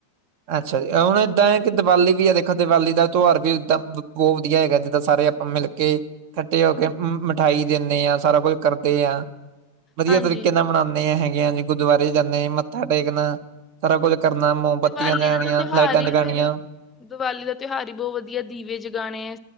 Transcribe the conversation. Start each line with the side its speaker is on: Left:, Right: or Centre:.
Right: ਅੱਛਾ ਜੀ, ਹੁਣ ਏਦਾਂ ਏ ਕਿ ਦੀਵਾਲੀ ਵੀ ਆ ਦੇਖੋ ਦੀਵਾਲੀ ਦਾ ਤਿਉਹਾਰ ਵੀ ਏਦਾਂ ਬਹੁਤ ਵਧੀਆ ਹੈਗਾ, ਜਿੱਦਾਂ ਸਾਰੇ ਆਪ ਮਿਲਕੇ ਕੱਠੇ ਹੋਕੇ ਮਿਠਾਈ ਦਿੰਨੇ ਆ, ਸਾਰਾ ਕੁੱਛ ਕਰ ਤੇ ਆਂ, ਵਧੀਆ
Left: ਹਾਂਜੀ
Right: ਤਰੀਕੇ ਨਾਲ ਮਨਾਂਉਣੇ ਹੈਗੇ ਆ ਜੇ ਗੁਰਦੁਆਰੇ ਜਾਂਨੇੇ, ਮੱਥਾ ਟੇਕਣਾ ਸਾਰਾ ਕੁੱਝ ਕਰਨਾ ਮੋ ਬੱਤੀਆਂ
Left: ਦੀਵਾਲੀ
Right: ਜਗਾਣੀਆ,
Left: ਦਾ ਤਾਂ ਤਿਉਹਾਰ
Right: ਲਾਈਟਾਂ
Left: ਹੀ
Right: ਜਗਾਣੀਆਂ।
Left: ਫਿਰ ਦੀਵਾਲੀ ਦਾ ਤਿਉਹਾਰ ਈ ਬਹੁਤ ਵਧੀਆ, ਦੀਵੇ ਜਗਾਣੇ